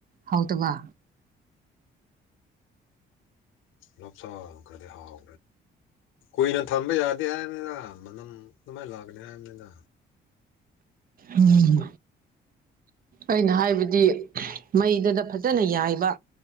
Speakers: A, on the right; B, on the left.
A: ꯍꯥꯎꯗꯕ
B: ꯂꯞꯁꯥ ꯀꯗ ꯍꯥꯥꯎ ꯀꯨꯏꯅ ꯊꯝꯕ ꯌꯥꯗꯦ ꯍꯥꯏꯕꯅꯤꯗ ꯃꯅꯝ ꯅꯃꯥꯏꯅ ꯂꯥꯛꯀꯅꯤ ꯍꯥꯏꯕꯅꯤꯗ
A: ꯎꯝ ꯑꯩꯅ ꯍꯥꯏꯕꯗꯤ ꯃꯩꯗꯗ ꯐꯖꯅ ꯌꯥꯏꯕ